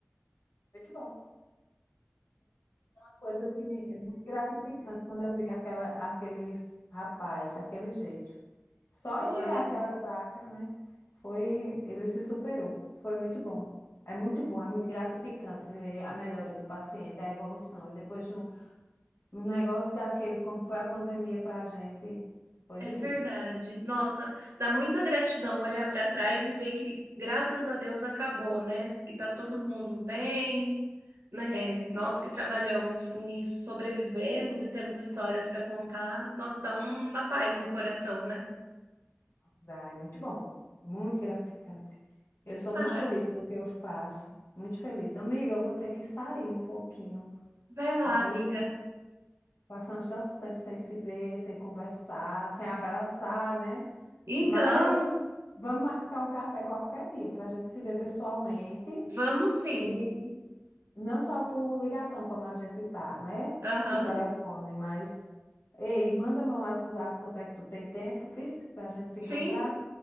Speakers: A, on the left (about 90°); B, on the right (about 85°).
A: muito bom. coisa que me, é muito gratificante quando eu vejo aquela, aqueles rapaz, aquele jeito. Só
B: Olha.
A: em tirar aquela traca, né? Foi, ele se superou. Foi muito bom. É muito bom, é muito gratificante ver a melhora do paciente, a evolução. E depois de um no negócio daquele, como foi a pandemia para a gente, foi
B: É
A: difícil.
B: verdade. Nossa, dá muita gratidão olhar para trás e ver que, graças a Deus, acabou, né? Que tá todo mundo bem, né? Nós que trabalhamos com isso, sobrevivemos e temos histórias para contar. Nossa, dá uma paz no coração, né?
A: Dá, é muito bom, muito gratificante. Eu sou muito
B: Ah,
A: feliz com o que eu faço, muito feliz. Amiga, eu vou ter que sair um pouquinho.
B: vai lá,
A: Aí
B: amiga.
A: Passamos tanto tempo sem se ver, sem conversar, sem abraçar, né?
B: Então,
A: Mas vamos marcar um café qualquer dia para a gente se ver pessoalmente
B: vamos sim.
A: e não só por ligação, como a gente tá, né?
B: Aham,
A: Por telefone, mas. Ei, manda meu WhatsApp quanto é que tu tem tempo, viu? Para a gente se
B: sim,
A: encontrar.